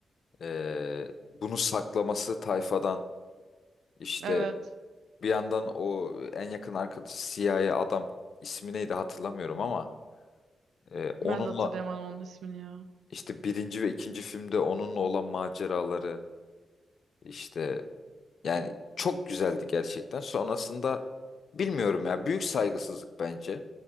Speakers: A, on the left; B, on the right.
A: ee, bunu saklaması tayfadan. işte
B: Evet.
A: bir yandan o en yakın arkadaşı siyahi adam ismi neydi hatırlamıyorum ama ee, onunla
B: Ben de hatırlayamadım onun ismini ya.
A: işte birinci ve ikinci filmde onunla olan maceraları işte Yani çok güzeldi gerçekten. Sonrasında bilmiyorum ya büyük saygısızlık bence.